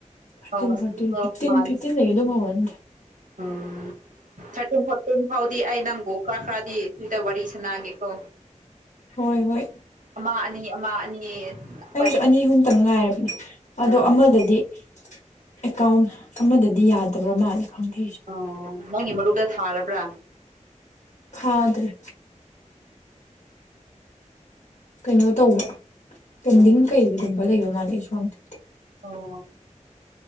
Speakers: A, on the left; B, on the right.
A: ꯐꯣꯔꯇꯤꯟ
B: ꯑꯧ ꯉꯁꯤ
A: ꯐꯣꯔꯇꯤꯟ
B: ꯇꯨꯋꯦꯜꯐ
A: ꯐꯤꯐꯇꯤꯟ
B: ꯃꯥꯜꯂꯦ
A: ꯐꯤꯐꯇꯤꯟꯗꯒꯤꯗꯤ ꯐꯥꯎꯕꯅꯤ
B: ꯎꯝ <inaudible> <unintelligible> ꯊꯥꯔꯇꯤꯟ ꯐꯣꯔꯇꯤꯟ ꯐꯥꯎꯗꯤ ꯑꯩ ꯅꯪꯕꯨ ꯈꯔ ꯈꯔꯗꯤ ꯇꯋꯤꯗ ꯋꯥꯔꯤ ꯁꯥꯟꯅꯒꯦꯀꯣ
A: ꯍꯣꯏ ꯍꯣꯏ
B: ꯑꯃ ꯑꯅꯤ ꯑꯃ ꯑꯅꯤ
A: ꯑꯩꯒꯤꯁꯨ
B: ꯄꯥꯏꯈꯠ
A: ꯑꯅꯤ ꯑꯍꯨꯝꯇꯪ ꯉꯥꯏꯔꯕꯅꯦ ꯑꯗꯣ
B: ꯑꯥ
A: ꯑꯃꯗꯗꯤ ꯑꯦꯀꯥꯎꯟ ꯑꯃꯗꯗꯤ ꯌꯥꯗꯕ꯭ꯔ ꯃꯥꯜꯂꯦ ꯈꯪꯗꯦꯁꯦ
B: ꯑꯣ ꯅꯪꯒꯤ ꯃꯔꯨꯞꯇ ꯊꯥꯔꯕ꯭ꯔꯥ
A: ꯍꯥꯗꯔꯤ ꯀꯩꯅꯣ ꯇꯧꯕ ꯄꯦꯟꯗꯤꯡ
B: ꯑꯣ
A: ꯀꯩꯒꯨꯝꯕ ꯂꯩꯕ ꯃꯥꯜꯂꯦ ꯑꯩꯁꯨ ꯈꯪꯗꯦ
B: ꯑꯣ